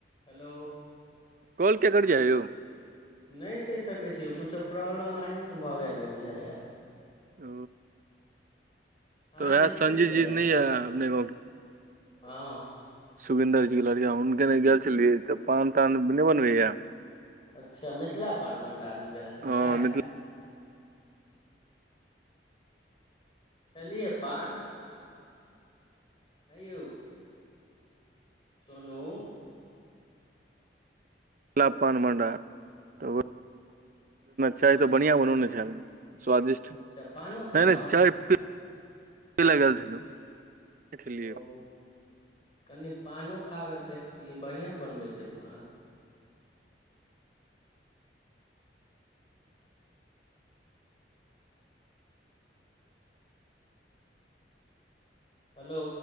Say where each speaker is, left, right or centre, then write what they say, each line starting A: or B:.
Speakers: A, on the left; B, on the right.
A: Hello.
B: Call क्य cut जायौ।
A: नय कइ सकै छीयौ कुछो प्रॉब्लम अहीँ भ गेलै बुझाएआ।
B: ओ।
A: अहाँ
B: तऽ उएह
A: दिस
B: संजय
A: कइट जाइया
B: जी नहि
A: कॉल।
B: यऽ अपने
A: हँ।
B: सुखिंन्दर जी के लड़िया हुनगर गेल छलियै त पान तान नो बनबे या।
A: अच्छा मिथिला पान भंडार मे गेल छलियै।
B: हँ मिथिला
A: खैलियै पान। अय यौ, सोनू,
B: गुला पानमभण्डार तओ
A: हेलो
B: चाय त बढ़िआँ बनने छल। स्वादिष्ट नय
A: अच्छा पानो खेलहुँ
B: नय चाय, <unintelligible> देखलिय।
A: ओ कनि पानो खा क देखतियै बड़िया बनबै छै पान। हेलो।